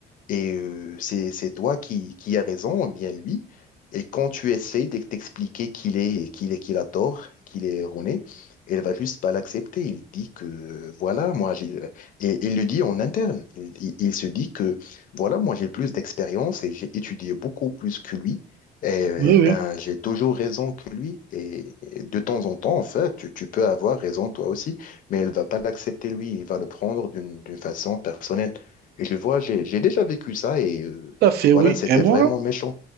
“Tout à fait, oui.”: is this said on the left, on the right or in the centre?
Right